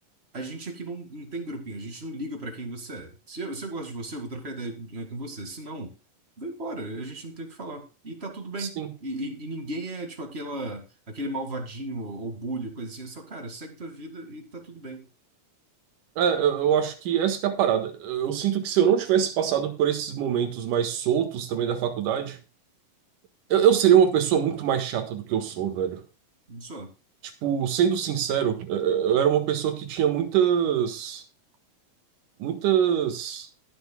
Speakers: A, on the right; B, on the right.
A: a gente aqui não, não tem grupinho, a gente não liga pra quem você é. Se eu, se eu gosto de você, eu vou trocar ideia eh, com você. Se não, vai embora, a gente não tem o que falar. E tá tudo bem.
B: sim.
A: E, e- e ninguém é, tipo, aquela, aquele malvadinho ou bully, coisa assim. É só, cara, segue tua vida e tá tudo bem.
B: É, eu, eu acho que essa que é a parada. Eu, eu sinto que se eu não tivesse passado por esses momentos mais soltos também da faculdade, eu, eu seria uma pessoa muito mais chata do que eu sou, velho.
A: Só.
B: Tipo, sendo sincero, é, é, eu era uma pessoa que tinha muitas, muitas,